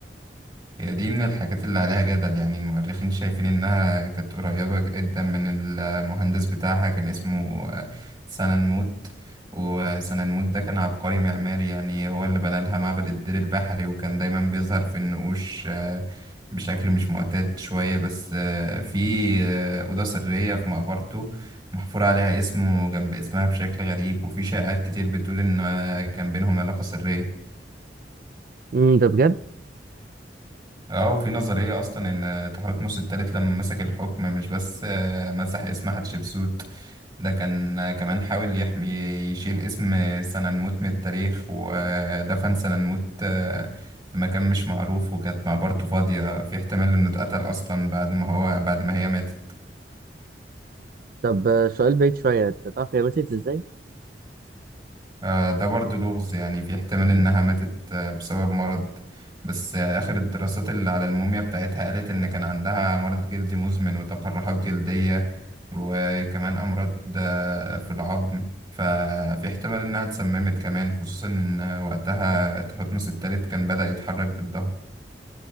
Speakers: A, on the right; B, on the right.
A: هي دي من الحاجات اللي عليها جدل يعني المؤرخين شايفين إنها كانت قريبة جدا من المهندس بتاعها كان اسمه آه، سننموت وسننموت ده كان عبقري معماري يعني هو اللي بنى لها معبد الدير البحري وكان دايما بيظهر في النقوش آه، بشكل مش معتاد شوية بس آه، في آه، أوضة سرية في مقبرته محفور عليها اسمه جنب اسمها بشكل غريب وفي شائعات كتير بتقول إن آه، كان بينهم علاقة سرية
B: مم، ده بجد؟
A: اه وفي نظرية أصلا إن تحتمس التالت لما مسك الحكم مش بس آه، مسح اسم حتشبسوت ده كان آه، كمان حاول يحمي يشيل اسم سننموت من التاريخ ودفن سننموت آه، في مقام مش معروف وكانت مقبرته فاضية في احتمال إنه اتقتل أصلا بعد ما هو بعد ما هي ماتت
B: طب آه، سؤال بعيد شوية أنت تعرف هي ماتت إزاي؟
A: آه، ده برضو لغز يعني في احتمال إنها ماتت آه، بسبب مرض بس آه، آخر الدراسات اللي على الموميا بتاعتها قالت إن كان عندها مرض جلدي مزمن وتقرحات جلدية وكمان أمراض آه، في العظم ففي احتمال إنها اتسممت كمان خصوصا إن وقتها تحتمس التالت كان بدأ يتحرك ضدها